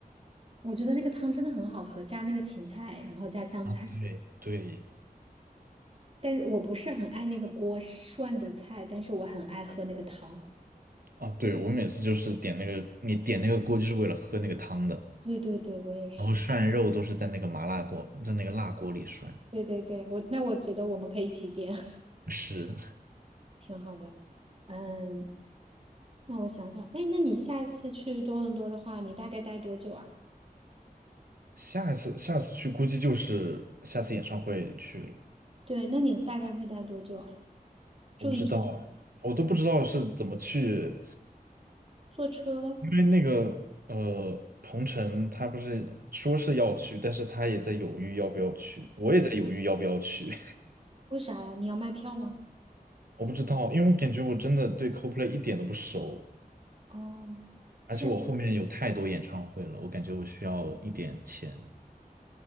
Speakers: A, on the right (about 40°); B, on the right (about 70°).
A: 我觉得那个汤真的很好喝，加那个芹菜，然后加香菜。
B: 啊，对对
A: 但是我不是很爱那个锅涮的菜，但是我很爱喝那个汤。
B: 啊，对，我每次就是点那个，你点那个锅就是为了喝那个汤的，
A: 对对对，我也是。
B: 然后涮肉都是在那个麻辣锅，在那个辣锅里涮
A: 对对对，我那我觉得我们可以一起点，<laughs>
B: 是，
A: 挺好的。嗯，那我想想，哎，那你下次去多伦多的话，你大概待多久啊？
B: 下一次下次去估计就是下次演唱会去了，
A: 对，那你大概会待多久啊？住一天？
B: 我不知道啊，我都不知道是怎么去，
A: 坐车？
B: 因为那个呃，鹏程他不是说是要去，但是他也在犹豫要不要去，我也在犹豫要不要去。
A: 为啥呀？你要卖票吗？
B: 我不知道，因为我感觉我真的对 c o l p l a y 一点都不熟，
A: 哦，这样啊，
B: 而且我后面有太多演唱会了，我感觉我需要一点钱。